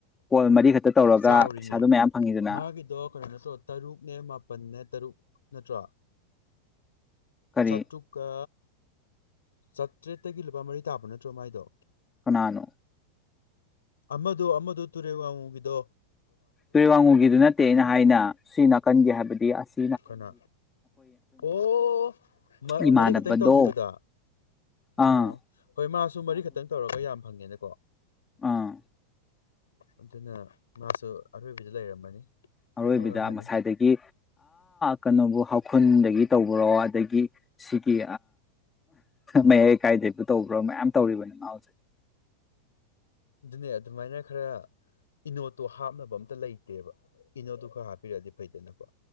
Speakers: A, on the left; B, on the left.
A: ꯀꯣꯜ ꯃꯔꯤ ꯈꯛꯇ ꯇꯧꯔꯒ
B: ꯆꯥꯎꯔꯤꯅꯦ
A: ꯄꯩꯁꯥꯗꯣ ꯃꯌꯥꯝ ꯐꯪꯉꯤꯗꯅ
B: ꯃꯥꯒꯤꯗꯣ ꯀꯩꯅꯣ ꯅꯠꯇ꯭ꯔꯣ ꯇꯔꯨꯛꯅꯦ ꯃꯥꯄꯜꯅꯦ ꯅꯠꯇ꯭ꯔꯣ
A: ꯀꯔꯤ
B: ꯆꯠꯇꯨꯀ ꯆꯥꯇ꯭ꯔꯦꯠꯇꯒꯤ ꯂꯨꯄꯥ ꯃꯔꯤ ꯇꯥꯕ ꯅꯠꯇ꯭ꯔꯣ ꯃꯥꯏꯗꯣ
A: ꯀꯅꯥꯅꯣ
B: ꯑꯃꯗꯨ ꯑꯃꯗꯨ ꯇꯨꯔꯦ ꯋꯥꯨꯕꯤꯗꯣ
A: ꯇꯨꯣꯏ ꯋꯥꯡꯉꯨꯒꯤꯗꯨ ꯅꯠꯇꯦ ꯑꯩꯅ ꯍꯥꯏꯅ ꯁꯤ ꯅꯥꯀꯟꯒꯦ ꯍꯥꯏꯕꯗꯤ ꯑꯁ
B: ꯀꯅꯥ ꯑꯣ
A: ꯏꯃꯥꯟꯅꯕꯗꯣ
B: ꯃꯔꯤꯈꯛꯇꯪ ꯇꯧꯈꯤꯕꯗ
A: ꯑꯥ
B: ꯑꯣ ꯍꯣꯏ ꯃꯥꯁꯨ ꯃꯔꯤ ꯈꯛꯇꯪ ꯇꯧꯔꯒ ꯌꯥ ꯌꯥꯝꯌꯥꯝ ꯐꯪꯒꯦꯅꯀꯣ
A: ꯑꯥ
B: ꯑꯗꯨꯅ ꯃꯥꯁꯨ ꯑꯔꯣꯏꯕꯤꯗ ꯂꯩꯔꯝꯃꯅꯤ
A: ꯑꯔꯣꯏꯕꯗ
B: ꯃꯩꯍꯧꯔꯝꯕꯅꯤ
A: ꯉꯁꯥꯏꯗꯒꯤ ꯀꯩꯅꯣꯕꯨ ꯍꯧꯈꯨꯟꯗꯒꯤ ꯇꯧꯕ꯭ꯔꯣ ꯑꯗꯒꯤ ꯁꯤꯒꯤ ꯃꯌꯥꯏꯀꯥꯏꯗꯒꯤꯕꯨ ꯇꯧꯕ꯭ꯔꯣ ꯃꯌꯥꯝ ꯇꯧꯔꯤꯣꯅꯤ ꯃꯥ ꯑꯥꯎꯖꯩ
B: ꯑꯗꯨꯅꯦ ꯑꯗꯨꯃꯥꯏꯅ ꯈꯔ ꯏꯅꯣꯠꯇꯣ ꯍꯥꯞꯅꯕ ꯑꯝꯇ ꯂꯩꯇꯦꯕ ꯏꯅꯣꯠꯇꯨ ꯈꯔ ꯍꯥꯞꯄꯤꯔꯛꯑꯗꯤ ꯐꯩꯗꯅꯀꯣ